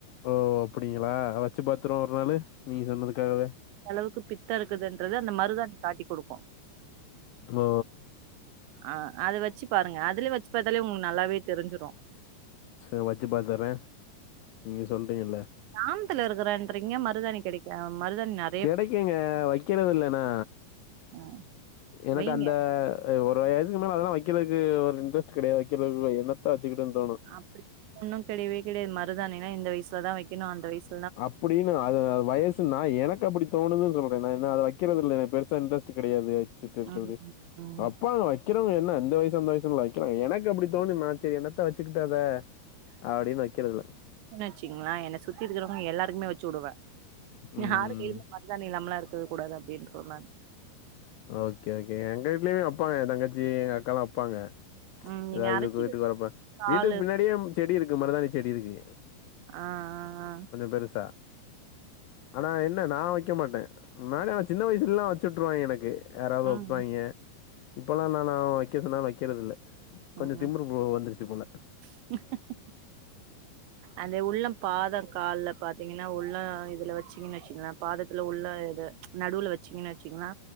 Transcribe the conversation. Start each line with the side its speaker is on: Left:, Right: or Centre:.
Left: ஓ அப்படிங்களா வச்சு பாத்துர்வோ ஒரு நாளு நீங்க சொன்னதுக்காகவே
Right: அ அளவுக்கு பித்த இருக்குதுன்றது அந்த மருதாணி காட்டி குடுக்கு
Left: ஓ
Right: ஆ அத வச்சு பாருங்க அதுலயே வச்சு பாத்தாலே உங்களுக்கு நல்லாவே தெரிஞ்சிரு
Left: சரி வச்சு பாத்தறே நீங்க சொல்றீங்கல்ல
Right: க்ராமத்துல இருக்கிறேன்றீங்க மருதாணி கெடைக்க மருதானி ந
Left: கெடைக்குங்க வைக்கிறதில்ல நா
Right: ம்,
Left: எனக்கு
Right: வைங்க.
Left: அந்த ஆ ஒரு வயசுக்கு மேல அதெல்லா வைக்கிரதுக்கு ஒரு இன்டரெஸ்ட் கெடயாது வெக்கறதுல்ல என்னத்த வெச்சுக்கிட்டுன்னு தோணு
Right: அப்டி ஒன்னு கெடையவே கெடையாது மருதானி நா இந்த வயசுல தா வைக்கணு அந்த வயசு
Left: அப்டின்னு அது வயச் நா எனக்கு அப்டி தோணுது சொல்ற நா அத வைக்கதுல்ல எ பெருசா இன்டரெஸ்ட் கெடையாது வெச்சிட்டு இருக்கிறது
Right: ம், ம்.
Left: அப்பாங்க வை க்கிறவங்க என்ன அந்த வயசு அந்த வயசுல வைக்கிலாங்க எனக்கு அப்டி தோணு நா செரி என்னத்த வெச்சுக்கிட்டத அப்டின்னு வைக்கறதுல
Right: வெச்சுங்களே என்ன சுத்தி இருக்குறவங்க எல்லாருக்குமே வெச்சு வுடுவே
Left: ம்
Right: யாரு கைல மருதானி இல்லாம்ளா இருக்கவே கூடாது அப்டின்றுவ நான்
Left: ஓகே ஓகே எங்க வீட்லயு வெப்பாங்க எ தங்கச்சி எங்க அக்க எல்லா வைப்பாங்க
Right: ம். நீங்க
Left: அதாவது
Right: அரைச்சு
Left: வீட்டுக்கு வரப்ப
Right: காலு
Left: வீட்டுக்கு பின்னாடியே செடி இருக்கு மருதானி செடி இருக்கு
Right: ஆ ஆ ஆ
Left: பெருசா ஆனா என்ன நா வைக்க மாட்டே ஆனா சின்ன வயசுல எல்லா வெ ச்சுட்ருவாங்க எனக்கு யாராவது
Right: ஆ. ம்,
Left: வெப்பாய்ங்க இப்பல்லா நானா வைக்க சொன்னாலு வைக்கிறதில்ல
Right: ம்,
Left: கொஞ்சொ
Right: ம்.
Left: திமிரு ப்ரோ வந்துருச்சு போல
Right: <unintelligible> அந்த உள்ளம் பாதம் கால்ல பாத்தீங்கன்னா உள்ளம் இதுல வெச்சீங்கன்னு வெச்சுங்களே பாதத்துல உள்ள இது நடுவுல வெச்சீங்கன்னு வெச்சீங்கன்னா